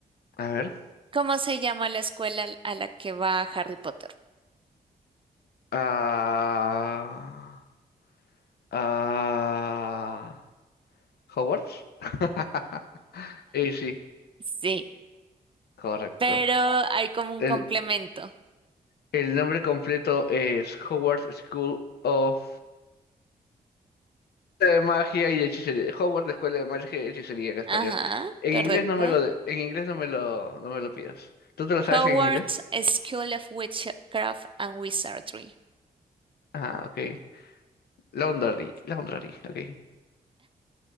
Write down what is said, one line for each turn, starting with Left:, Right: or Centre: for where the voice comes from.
Left: A ver.
Right: ¿Cómo se llama la escuela a la que va Harry Potter?
Left: Ah, ah, Hogwarts. <laughs> Y sí,
Right: Sí,
Left: correcto.
Right: pero hay como un
Left: El,
Right: <laughs> complemento.
Left: el nombre completo es Hogwarts School of de magia y hechicería. Hogwarts escuela de magia y hechicería en español.
Right: Ajá,
Left: En
Right: correcto.
Left: inglés no me lo, de- en inglés no me lo, no me lo pidas. ¿Tú te lo
Right: Howard's
Left: sabes en inglés?
Right: School of Witchcraft and Wizardry.
Left: Ah, ok. Laundry, Laundry, ok.